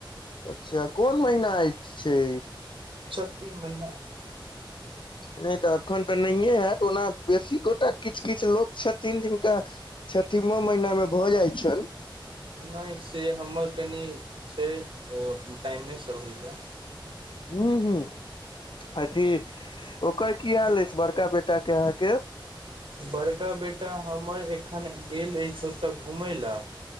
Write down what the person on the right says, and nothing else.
छठी तीन महिना
नय से हमर कनि छै टाइमेसँ होए
बड़का बेटा हमर एखन गेल अछि ओतऽ घुमै ले